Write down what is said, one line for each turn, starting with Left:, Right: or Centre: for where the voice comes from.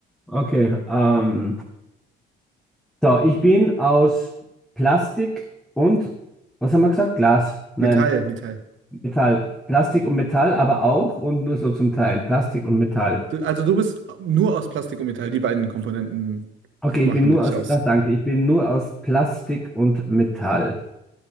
Centre: Okay, ähm. So, ich bin aus Plastik und, was haben wir gesagt? Glas. Nein,
Right: Metall, Metall.
Centre: Metall. Plastik und Metall, aber auch und nur so zum Teil. Plastik und Metall.
Right: Du, also du bist nur aus Plastik und Metall. Die beiden Komponenten
Centre: Okay,
Right: machen
Centre: ich bin nur
Right: dich
Centre: aus,
Right: aus.
Centre: Pla- danke,
Right: <laughs>
Centre: ich bin nur aus Plastik und Metall.